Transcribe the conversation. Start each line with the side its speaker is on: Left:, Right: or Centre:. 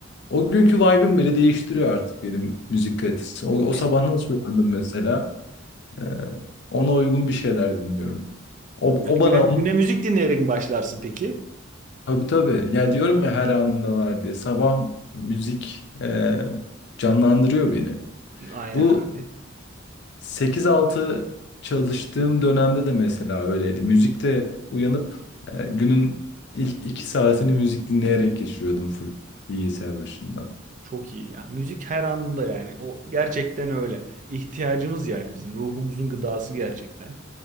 Left: o günkü vibe'im bile değiştiriyor artık benim müzik kalitesi. O, o
Right: Yani
Left: sabah nasıl uyandım mesela? E, ona uygun bir şeyler dinliyorum. O,
Right: güne,
Left: o bana
Right: güne müzik dinleyerek mi başlarsın peki?
Left: Tabii tabii. Ya diyorum ya her anında var diye. Sabah müzik e, canlandırıyor beni.
Right: Aynen
Left: Bu
Right: abi.
Left: sekiz altı çalıştığım dönemde de mesela öyleydi. Müzikte uyanıp e, günün ilk 2 saatini müzik dinleyerek geçiriyordum full bilgisayar başında.
Right: Çok iyi ya. Müzik her anında yani. O gerçekten öyle. İhtiyacımız yani bizim ruhumuzun gıdası gerçekten.